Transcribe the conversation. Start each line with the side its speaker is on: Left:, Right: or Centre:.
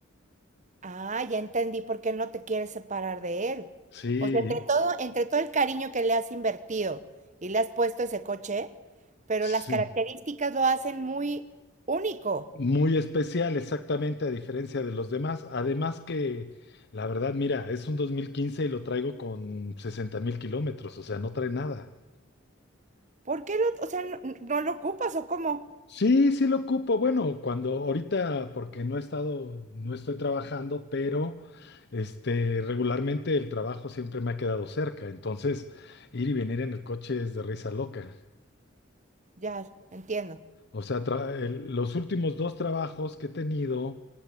Right: Ah, ya entendí por qué no te quieres separar de él.
Left: Sí,
Right: O sea, entre todo, entre todo el cariño que le has invertido y le has puesto ese coche, pero
Left: sí.
Right: las características lo hacen muy único.
Left: Muy especial, exactamente, a diferencia de los demás. Además que, la verdad, mira, es un 2015 y lo traigo con sesenta mil kilómetros, o sea, no trae nada.
Right: ¿Por qué lo, o sea, no, no lo ocupas o cómo?
Left: Sí, sí lo ocupo. Bueno, cuando ahorita, porque no he estado, no estoy trabajando, pero este, regularmente el trabajo siempre me ha quedado cerca. Entonces, ir y venir en el coche es de risa loca.
Right: Ya, entiendo.
Left: O sea, tra- el- los últimos dos trabajos que he tenido